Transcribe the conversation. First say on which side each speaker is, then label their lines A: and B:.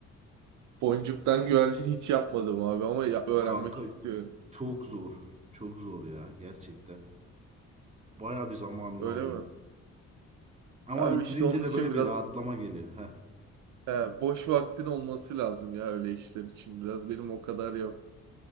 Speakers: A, on the right; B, on the right.
A: boncuktan güvercin hiç yapmadım abi ama ya- öğrenmek
B: Kanka
A: istiyorum.
B: çok zor. Çok zor ya gerçekten. Baya bir zamanını
A: Öyle
B: alıyor.
A: mi?
B: Ama
A: Abi
B: bitirince
A: işte onun
B: de
A: için
B: böyle
A: biraz
B: bir rahatlama geliyor. Heh,
A: he, boş vaktin olması lazım ya öyle işler için biraz. Benim o kadar yok.